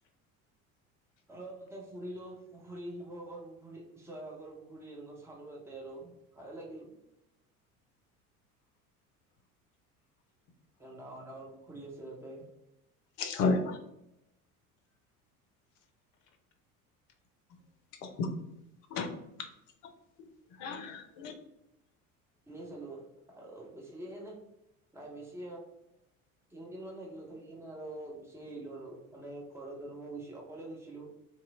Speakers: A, in the centre; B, on the left.
A: অলপ তাতে ফুৰিলো, পুখুৰী, শিৱসাগৰ পুখুৰী, জয়সাগৰ পুখুৰী এনেকুৱা চালো ইয়াতে আৰু। ভাল লাগিল। ডাঙৰ ডাঙৰ পুখুৰী আছে তাতে।
B: হয়। <unintelligible> হা <inaudible>
A: চো আৰু বছিনে <unintelligible> নাই বেছি তিনদিন মান থাকিলো, থাকি কিনে আৰু গুছি আহিলো আৰু। মানে ঘৰত আৰু মই গুছি অকলে গৈ,